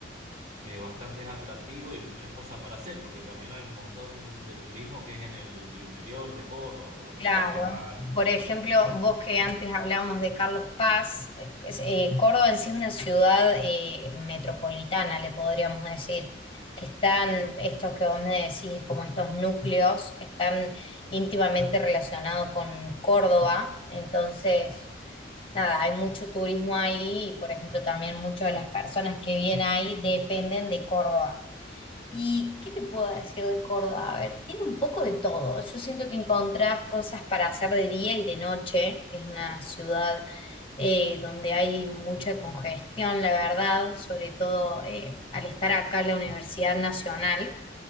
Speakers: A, on the right; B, on the left.
A: eh, bastantes atractivos y muchas cosas para hacer, porque también hay un montón de turismo que es en el interior de Córdoba, por los
B: Claro.
A: festivales.
B: Por ejemplo, vos que antes hablábamos de Carlos Paz, eh, es- eh, Córdoba en sí es una ciudad eh, metropolitana, le podríamos decir, que están, estos que vos me decís, como estos núcleos, están íntimamente relacionados con Córdoba. Entonces, nada, hay mucho turismo ahí y, por ejemplo, también muchas de las personas que vienen ahí dependen de Córdoba. ¿Y qué te puedo decir de Córdoba? A ver, tiene un poco de todo. Yo siento que encontrás cosas para hacer de día y de noche. Es una ciudad eh, donde hay mucha congestión, la verdad, sobre todo eh, al estar acá en la Universidad Nacional.